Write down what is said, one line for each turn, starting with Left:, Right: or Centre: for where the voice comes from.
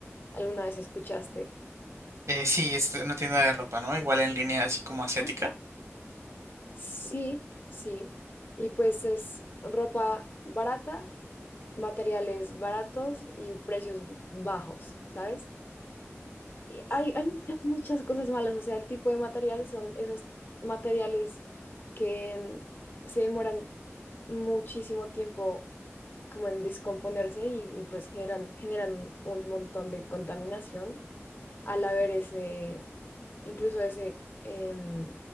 Left: alguna vez escuchaste.
Right: Eh, sí, es una tienda de ropa, ¿no? Igual en línea así como asiática.
Left: ¿no? Sí, sí. Y pues es ropa barata, materiales baratos y precios bajos, ¿sabes? Y hay, hay muchas, muchas cosas malas, o sea, el tipo de material son esos materiales que mm, se demoran muchísimo tiempo como en descomponerse y, y, pues generan, generan un montón de contaminación al haber ese, incluso ese em,